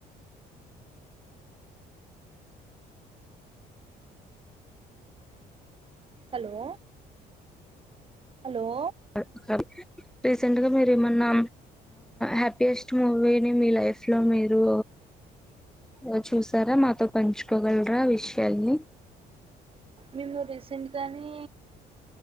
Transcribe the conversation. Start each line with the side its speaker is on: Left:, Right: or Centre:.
Right: హలో హలో
Centre: అ హలో రీసెంట్ గా మీరు ఏమన్నా హ్యాపీయెస్ట్ మూవీని మీ లైఫ్ లో మీరు ఓ చూసారా మాతో పంచుకోగలరా ఆ విషయాల్ని
Right: మేము రీసెంట్ గానే